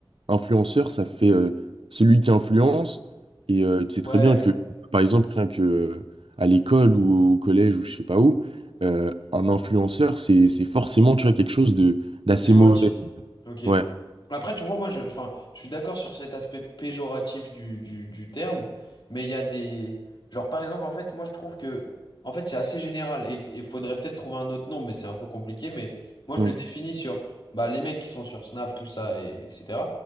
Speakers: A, on the right (about 80°); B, on the left (about 55°).
A: Influenceur, ça fait euh, celui qui influence. Et euh, tu sais très
B: ouais.
A: bien que, par exemple, rien que euh, à l'école ou au collège ou je sais pas où, euh, un influenceur, c'est, c'est forcément, tu vois, quelque chose de d'assez
B: De péjoratif.
A: mauvais.
B: Ok.
A: Ouais.
B: Après, tu vois, moi, je, enfin, je suis d'accord sur cet aspect péjoratif du, du, du terme, mais il y a des... Genre, par exemple, en fait, moi, je trouve que... En fait, c'est assez général et il faudrait peut-être trouver un autre nom, mais c'est un peu compliqué. Mais moi, je
A: Mm,
B: le définis sur bah, les mecs qui sont sur Snap, tout ça, et, etc.